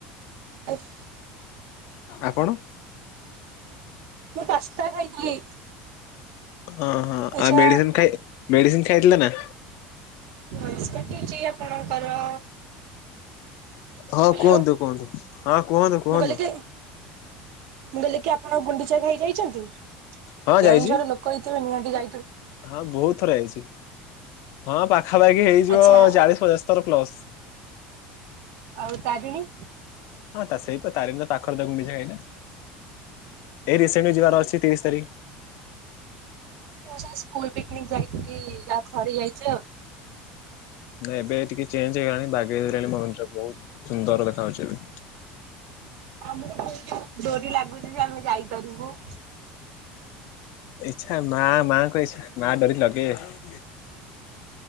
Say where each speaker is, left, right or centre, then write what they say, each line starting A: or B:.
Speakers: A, on the right (about 70°); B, on the left (about 65°).
A: ଆଜ୍ <inaudible>
B: ଆପଣ?
A: <inaudible> ମୁଁ ପାସ୍ତା ଖାଇଥିଲି।
B: ହଁ ହଁ
A: ଆଚ୍ଛା
B: ଆଉ ମେଡିସିନ ଖାଇ ମେଡିସିନ ଖାଇଥିଲେ ନା?
A: ଭଏସେ କାଟିଚି ଆପଣଙ୍କର?
B: ହଁ
A: ହ୍ୟାଲୋ
B: କୁହନ୍ତୁ କୁହନ୍ତୁ ହଁ କୁହନ୍ତୁ
A: ମୁଁ
B: କୁହନ୍ତୁ?
A: କହିଲି କି ମୁଁ କହିଲି କି ଆପଣ ଗୁଣ୍ଡିଚାଘାଇ ଯାଇଛନ୍ତି?
B: ହଁ
A: କେଉଁଝରେ
B: ଯାଇଛି।
A: ଲୋକ ହେଇଥିବେ ନିହାତି ଯାଇଥି
B: ହଁ ବହୁତ ଥର ଯାଇଛି ହଁ ପାଖାପାଖି ହେଇଯିବ
A: ଆଚ୍ଛା
B: ଚାଳିଶ ପଚାଶ ଥର ପ୍ଲସ।
A: ଆଉ ତାରିଣୀ?
B: ହଁତ ସେଇତ ତାରିଣୀ ର ପାଖରେ ତାକୁ ମିିସା ହୋଇନି। ଏଇ ରିସେଣ୍ଟ ଯିବାର ଅଛି ତିରିଶ ତାରିଖ।
A: ମୁଁ ସାର୍ ସ୍କୁଲ ପିକ୍ ନିକ୍ ଯାଇଥିଲି ଯା ଥରେ ଯାଇଛି ଆଉ
B: ନାଇଁ ଏବେ ଟିକେ ଚେଞ୍ଜ ହେଇଗଲାଣି ବାଗେଇ ଗଲାଣି ଭବେନଶ୍ୱର ବୋହୁତ୍ ସୁନ୍ଦର ଦେଖା ଯାଉଛି ଏବେ।
A: ଆମୁକୁ କୋଉ ଡୋରି ଲାଗୁଚି ଯେ ଆମେ ଯାଇପାରିବୁ।
B: ଇଛା ନା ନା କହି ସିଏ ମା ଡୋରି ଲଗେଇବେ।